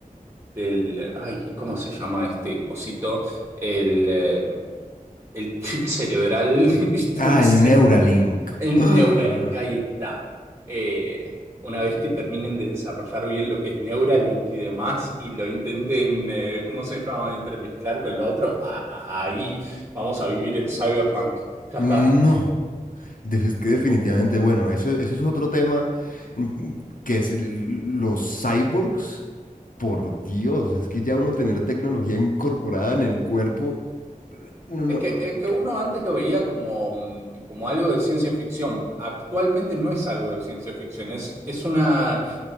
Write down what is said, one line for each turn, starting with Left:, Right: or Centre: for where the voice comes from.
Right: del, ay, ¿cómo se llama este cosito? El, eh, el chip cerebral, <laughs> ¿viste?
Left: Ah,
Right: Ese.
Left: el Neuralink.
Right: En
Left: Ah,
Right: Neuralink, ahí está. Eh, una vez que terminen de desarrollar bien lo que es Neuralink y demás, y lo intenten, eh, ¿cómo se llama?, entremezclar con lo otro, a- a- ahí Vamos a vivir en Cyberpunk. Ya
Left: no.
Right: está.
Left: De- Es que definitivamente, bueno, eso, eso es otro tema mm, que es el- los cyborgs. Por Dios, es que ya uno tener tecnología incorporada en el cuerpo, no, no,
Right: Es que,
Left: no,
Right: es
Left: no,
Right: que
Left: que
Right: uno antes lo veía como, mm, como algo de ciencia ficción. Actualmente no es algo de ciencia ficción, es, es una